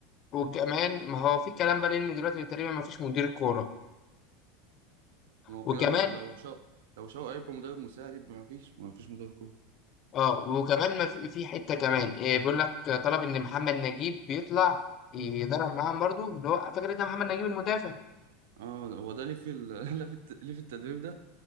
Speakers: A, on the left; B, on the right.
A: وكمان ما هو في كلام بقى لأن دلوقتي تقريبا ما فيش مدير كورة
B: ما هو
A: وكمان
B: كده لو شو لو شو هيبقى مدرب مساعد يبقى ما فيش ما فيش مدرب كوره
A: أه وكمان ما في, في حتة كمان آه، بيقول لك آه، طلب إن محمد نجيب بيطلع يدرب معاهم برضه اللي هو فاكر أنت محمد نجيب المدافع
B: اه هو ده ليه في ال... <laughs> ليه في الت... ليه في التدريب ده